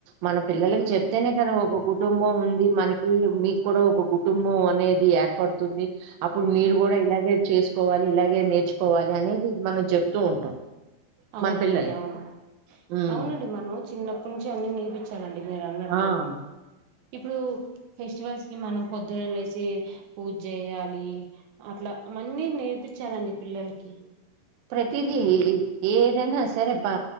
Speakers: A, on the right; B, on the right.
A: మన పిల్లలకి చెప్తేనే కదా ఒక కుటుంబం ఉంది మనకి మీకు కూడా ఒక కుటుంబం అనేది ఏర్పడుతుంది అప్పుడు మీరు కూడా ఇలాగే చేసుకోవాలి ఇలాగే నేర్పి నేర్చుకోవాలి అనేది మనం చెప్తూ ఉంటాం
B: అవునండి
A: మన పిల్లలకి
B: అవును
A: ఉమ్.
B: అవునండి మనం చిన్నప్పటి నుంచి అన్ని నేర్పి ఇచ్చానండి మీరు అన్నట్టు
A: ఆ
B: ఇప్పుడు ఫెస్టివల్స్ కి మనం పొద్దున్న లేసి పూజ చేయాలి అట్లావన్నీ నేర్పించాలండి పిల్లలకి
A: ప్రతిదీ ఏదైనా సరే పా